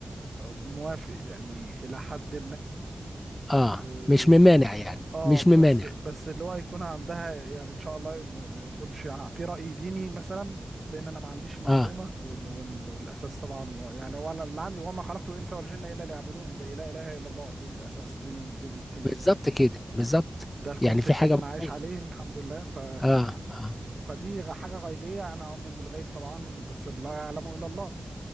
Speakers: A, on the right; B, on the left.
A: موافق يعني الى حد ما
B: اه مش ممانع يعني
A: اه
B: مش
A: بس
B: ممانع
A: بس اللي هو يكون عندها يعني ان شاء الله ما ما يكونش ع- في رأي ديني مثلا لان انا ما عنديش معلومة
B: اه
A: وال- وال- والاساس طبعا يعني هو أنا اللي عندي وما خلقت الانس والجن الا ليعبدون زي لا اله الا الله دي الاساس دي من دي من- دي ال-
B: بالظبط كده بالظبط
A: ده الكونسبت
B: يعني في حاجة
A: اللي انا عايش
B: موجودة
A: عليه الحمد لله ف
B: اه اه
A: فدي غ- حاجة غيبية انا اؤمن بالغيب طبعا بس لا يعلمه الا الله